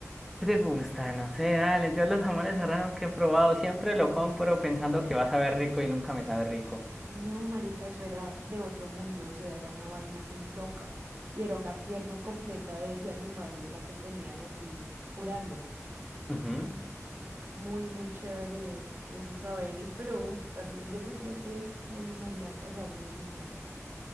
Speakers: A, in the centre; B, on the right.
A: ¿Qué te gusta? No sé, dale. Yo los jamones serranos que he probado siempre lo compro pensando que va a saber rico y nunca me sabe rico.
B: No, marica, eso era de otro mundo, o sea, era una vaina muy loca. Y era una pierna completa de ese animal en la que tenían así curando.
A: Ujú.
B: Muy, muy chévere esos saberes, pero uff, también yo no creo que me animaría a cazar un animal así.